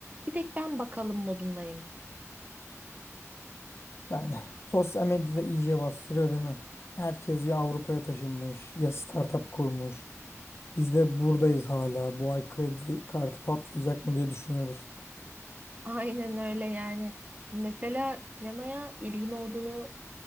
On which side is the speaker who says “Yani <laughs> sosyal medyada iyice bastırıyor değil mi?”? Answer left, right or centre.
Left